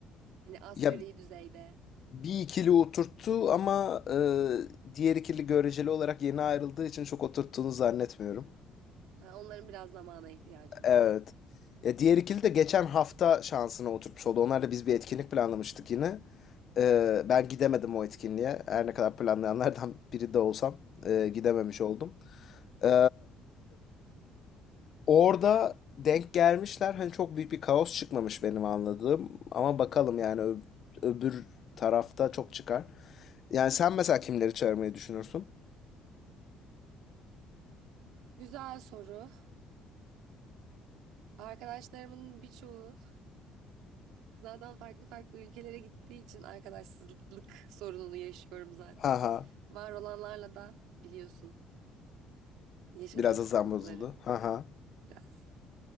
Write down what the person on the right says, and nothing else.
Hani asgari
düzeyde.
Ha, onların biraz zamana ihtiyacı var.
Güzel soru. Arkadaşlarımın birçoğu zaten farklı farklı ülkelere gittiği için arkadaşsızlık sorununu yaşıyorum zaten.
Var olanlarla da biliyorsun yaşadığım
sıkıntıları
biraz.